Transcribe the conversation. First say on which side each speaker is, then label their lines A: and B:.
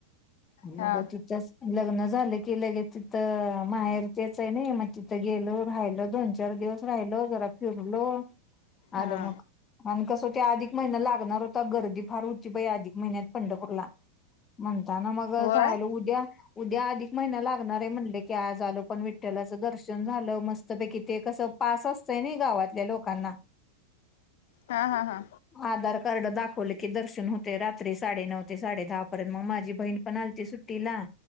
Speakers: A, on the left (about 20°); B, on the left (about 55°).
A: पण
B: हा
A: तिथेच लग्न झालं की लगेच तिथं माहेर तेच आहे नाही मग तिथं गेलो राहिल दोन चार दिवस राहिलो. जरा फिरलो आणि
B: हा
A: आलो मग अधिक महिना लागणार होता गर्दी फार उची पई अधिक महिन्यात पंढरपूरला म्हणताना मग
B: होय
A: हाल उद्या उद्या अधिक महिना लागणार आहे म्हणले की आज आलो पण विठ्ठलाचं दर्शन झालं. मस्तपैकी ते कस पास अस गावातल्या लोकांना
B: हा हा हा
A: आ कर्ड दाखवले की दर्शन होते रात्री साडेनऊ ते साडे दहा पर्यंत मग माझी बहीण पण आलती सुट्टीला.